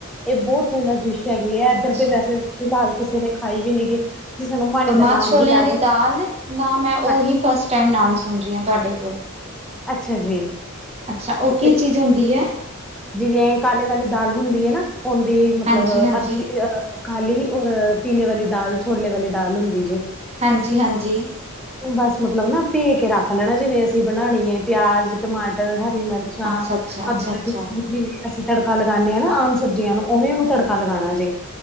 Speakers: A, in the centre; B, on the right (about 30°).
A: ਇਹ ਬਹੁਤ ਫੇਮਸ ਡਿਸ਼ ਹੈਗੀ ਹੈ ਇਧਰ
B: ਅੱਛਾ।
A: ਦੇ ਵੈਸੇ ਫਿਲਹਾਲ ਕਿਸੇ ਨੇ ਖਾਈ ਵੀ ਨੀ ਗੀ। ਕਿਸੇ ਨੂੰ ਮਾਣੀ
B: ਮਾਂ
A: ਦਾ ਨਾਮ
B: ਛੋਲਿਆਂ
A: ਵੀ ਲੈ
B: ਦੀ
A: ਦੋ
B: ਦਾਲ, ਨਾ ਮੈਂ ਉਹੀ
A: ਹਾਂਜੀ
B: ਫਸਟ ਟਾਈਮ ਨਾਮ ਸੁਣ ਰਹੀ ਹਾਂ ਤੁਹਾਡੇ ਕੋਲ।
A: ਅੱਛਾ ਜੀ।
B: ਅੱਛਾ ਉਹ ਕੀ
A: ਤੇ
B: ਚੀਜ਼ ਹੁੰਦੀ ਐ?
A: ਜਿਵੇਂ ਕਾਲੇ ਵਾਲੀ ਦਾਲ ਹੁੰਦੀ ਐ ਨਾ, ਉਹਦੀ ਮਤਲਬ
B: ਹਾਂਜੀ-ਹਾਂਜੀ,
A: ਅੱਧੀ ਅਹ ਕਾਲੀ ਔਰ ਪੀਲੇ ਵਾਲੀ ਦਾਲ ਛੋਲੇ ਵਾਲੀ ਦਾਲ ਹੁੰਦੀ ਜੇ।
B: ਹਾਂਜੀ ਹਾਂਜੀ।
A: ਬਸ ਮਤਲਬ ਨਾ ਭੇ ਕੇ ਰੱਖ ਲੈਣਾ ਐ, ਜਿਵੇਂ ਅਸੀਂ ਬਣਾਣੀ ਏ ਪਿਆਜ਼, ਟਮਾਟਰ, ਹਰੀ ਮਿਰਚ
B: ਅੱਛਾ-ਅੱਛਾ, ਅੱਛਾ-ਅੱਛਾ,
A: ਅੱਛਾ। ਜਿਵੇਂ ਅਸੀਂ ਤੜਕਾ ਲਗਾਨੇ ਆ ਨਾ ਆਮ ਸਬਜ਼ੀਆਂ ਨੂੰ ਉਵੇਂ ਉਹਨੂੰ ਤੜਕਾ ਲਗਾਣਾ ਜੇ।